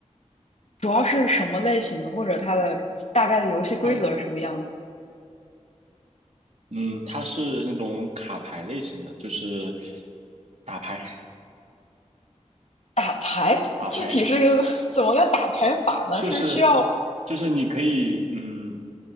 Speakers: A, on the left; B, on the right.
A: 主要是什么类型的，或者它的大概的游戏规则是什么样的？
B: 它。嗯，它是那种卡牌类型的，就是打牌
A: 打牌具体是个怎么个打牌法呢？
B: <laughs> 打牌，就是
A: 是需要
B: 就是你可以，嗯，